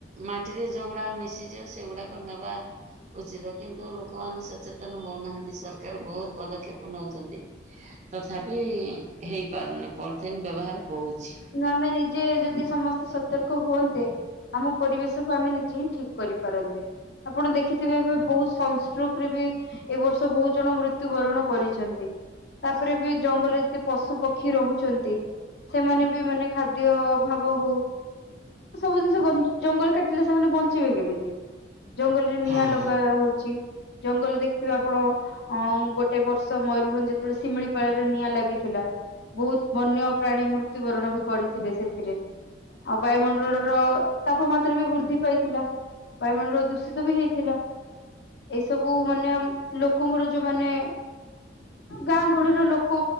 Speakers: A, on the right; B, on the left.
A: ମାଟିରେ ଯୋଉଗୁଡାକ ମିଶିଯିବ ସେଗୁଡାକ ନେବା ଉଚିତଅ କିନ୍ତୁ ଲୋକ ଲୋକାମାନେ ସଚେତନ ହଉନାହାନ୍ତି। ସରକାର ବହୁତ ପଦକ୍ଷେ ପଦକ୍ଷେପ ନଉଛନ୍ତି ତଥାପି ହେଇପାରୁନି ପଲିଥିନ୍ ବ୍ୟବହାର। ହଉଛି।
B: ନମେ ନିଜେ ଜଦି ସମସ୍ତେ ସତର୍କ ହୁଅନ୍ତେ ଆମ ପରିବେଶକୁ ଆମେ ନିଜେ ହିଁ ଠିକ କରିପାରନ୍ତେ। ଆପଣ ଦେଖିଥିବେ ଏବେ ବହୁତ୍ ସନ୍ ଷ୍ଟ୍ରୋକରେ ବି ଏ ବର୍ଷ ବହୁତ ଜଣ ମୃତ୍ୟୁବରଣ କରି ଛନ୍ତି ତାପରେ ବି ଜଙ୍ଗଲରେ ଯେତେ ପଶୁ ପକ୍ଷୀ ରହୁଛନ୍ତି ସେମାନେ ଖାଦ୍ୟ ଅଭାବ ହଉ ସବୁ ଜିନିଷ କ ଜଙ୍ଗଲ କାଟ ସେମାନେ ବଞ୍ଚିବେ କେମିତି ।ଜଙ୍ଗଲରେ ନିଆଁ
A: ହଁ।
B: ଲଗା ହଉଛି। ଜଙ୍ଗଲରେ ଦେଖିଥିବେ ଆପଣ ଅଁ ଗୋଟେ ବର୍ଷ ମୟୂରଭଞ୍ଜ ଯେତେବେଳେ ଶିମିଳି ଲରେ ନିଆଁ ଲାଗିଥିଲା ବହୁତ ବନ୍ୟ ପ୍ରାଣୀ ମୂର୍ତ୍ତି ମୃତ୍ୟୁବରଣ ବି କରିଥିଲେ ସେଥିରେ ।ଆଉ ବାୟୁମଣ୍ଡଳର ତାପମାତ୍ରା ବି ବୃଦ୍ଧି ପାଇଥିଲା ।ବାୟୁମଣ୍ଡଳ ଦୂଷିତ ବି ହେଇଥିଲା ।ଏଇ ସବୁ ମାନେ ଲୋକଙ୍କର ଯୋଉମାନୋ ଗାଁ ଗହଳିର ଲୋକ